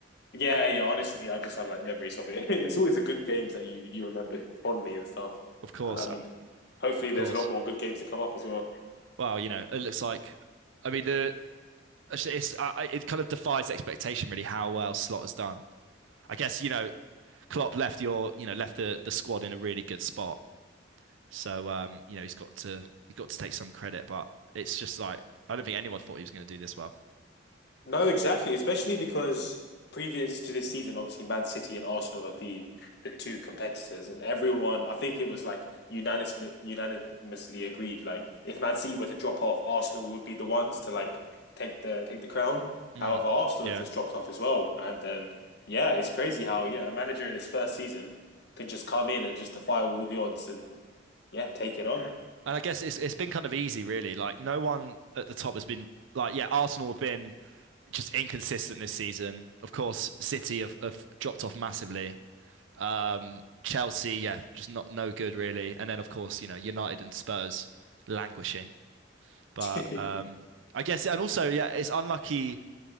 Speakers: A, on the left; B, on the right.
A: yeah, yeah. Honestly, I just have like memories of it. <laughs> It's always the good games that you you remember fondly and stuff.
B: Of course,
A: And I mean,
B: uh,
A: hopefully,
B: of
A: there's
B: course.
A: a lot more good games to come up as well.
B: Well, you know, it looks like, I mean, the it's it's- I, I- it kind of defies expectation, really, how well Slot has done. I guess, you know, Klopp left your, you know, left the the squad in a really good spot. So, um, you know, he's got to he's got to take some credit, but it's just like I don't think anyone thought he was going to do this well.
A: No, exactly. Especially because previous to this season, obviously Man City and Arsenal have been the two competitors, and everyone, I think it was like unanimously unanimously agreed, like if Man City were to drop off, Arsenal would be the ones to like take the take the crown.
B: Mm,
A: However, Arsenal
B: yeah,
A: has just dropped off as well, and um, yeah, it's crazy how yeah a manager in his first season can just come in and just defy all the odds and yeah take it on.
B: and I guess it's it's been kind of easy, really. Like no one at the top has been like, yeah, Arsenal have been just inconsistent this season. Of course, City have, have dropped off massively. Um, Chelsea, yeah, just not no good really. And then of course, you know, United and Spurs languishing. But
A: <laughs>
B: um, I guess, and also, yeah, it's unlucky